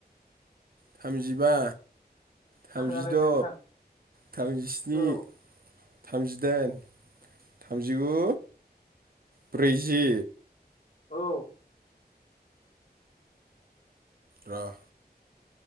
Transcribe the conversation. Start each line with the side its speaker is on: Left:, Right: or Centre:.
Right: थामजिबा थामजिद'
Left: खोनादों दे नोंथां
Right: थामजिस्नि
Left: औ
Right: थामजिदाइन थामजिगु ब्रैजि
Left: औ
Right: र'